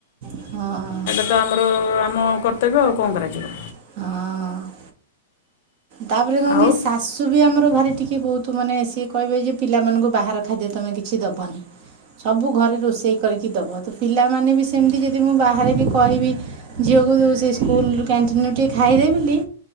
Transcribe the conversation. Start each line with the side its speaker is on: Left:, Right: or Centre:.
Right: ହଁ।
Left: ସେଇ ତ ଆମର ଆମ କର୍ତ୍ତବ୍ୟ ଆଉ କଣ କରାଯିବ।
Right: ହଁ। ତାପରେ କଣ
Left: ଆଉ
Right: କି ଶାଶୁ ଶାଶୁ ବି ଆମର ଭାରି ଟିକେ ବହୁତ ମାନେ ସିଏ କହିବେ ଯେ, ପିଲାମାନଙ୍କୁ ବାହାର ଖାଦ୍ୟ ତମେ କିଛି ଦବନି। ସବୁ ଘରେ ରୋଷେଇ କରିକି ଦବ, ତ ପିଲାମାନେ ବି ସେମିତି ଯଦି ମୁଁ ବାହାରେ ବି କହିବି ଝିଅକୁ ସେ ସ୍କୁଲ କ୍ୟାଣ୍ଟିନରୁ ଟିକେ ଖାଇଦେ ବୋଲି,